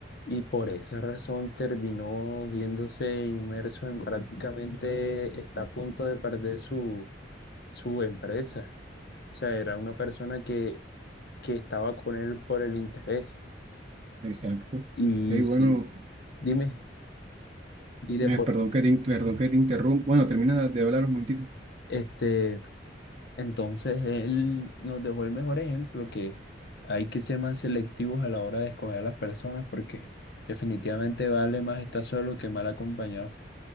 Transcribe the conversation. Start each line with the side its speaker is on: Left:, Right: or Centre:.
Left: Y por esa razón terminó viéndose inmerso en prácticamente, está a punto de perder su, su empresa. O sea, era una persona que, que estaba con él por el interés.
Right: Exacto.
Left: Y
Right: Ey,
Left: sí,
Right: bueno,
Left: dime, y de
Right: me,
Left: por,
Right: perdón que te, in- perdón que te interrumpa. Bueno, termina de hablar un momentito.
Left: este, Entonces él nos dejó el mejor ejemplo que hay que ser más selectivos a la hora de escoger a las personas porque definitivamente vale más estar solo que mal acompañado.